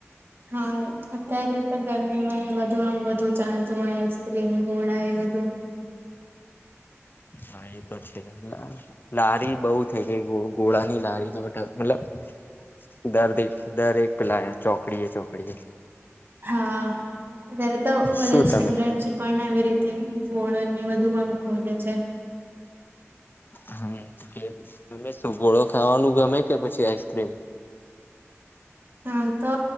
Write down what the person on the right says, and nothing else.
હા અત્યારે તો ગરમીમાં એવા તો આમ બધું ચાલતું હોય આઈસ્ક્રીમ ગોળા એ બધું
હા અત્યારે તો બધા
સ્ટુડન્ટસ પણ આવી રીતે બોલો ને ધુઆમ ખોલે છે
હા તો